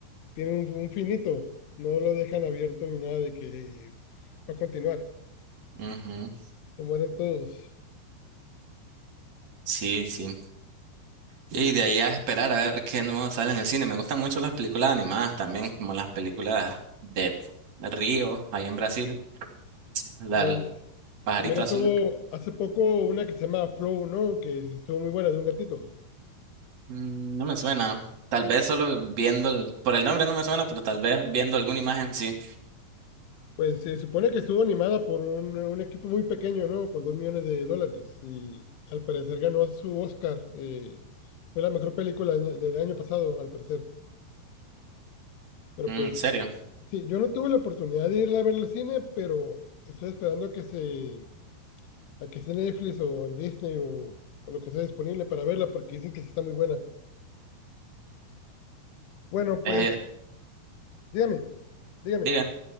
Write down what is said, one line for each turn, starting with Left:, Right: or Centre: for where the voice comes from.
Left: tiene un, un finito, no lo dejan abierto ni nada de que va a continuar,
Right: Ujú.
Left: se mueren todos.
Right: Sí, sí. Y de ahí a esperar a ver qué nuevo sale en el cine. Me gustan mucho las películas animadas también, como las películas del Río, ahí en Brasil, la
Left: En-
Right: del Pajarito
Left: también estuvo
Right: Azul.
Left: hace poco una que se llama Flow, ¿no? Que estuvo muy buena, de un gatito.
Right: Mm, No me suena. Tal vez solo viendo, el- por el nombre no me suena, pero tal vez viendo alguna imagen sí.
Left: Pues se supone que estuvo animada por un, un equipo muy pequeño, ¿no? Con dos millones de dólares. Y al parecer ganó su Oscar. eh, fue la mejor película año- del año pasado, al parecer. Pero
Right: Mm,
Left: pues,
Right: En serio.
Left: sí, yo no tuve la oportunidad de irla a ver al cine, pero estoy esperando a que se, a que esté en Netflix o en Disney o, o lo que sea disponible para verla, porque dicen que sí está muy buena. Bueno,
Right: Eh,
Left: pues, dígame, dígame.
Right: diga,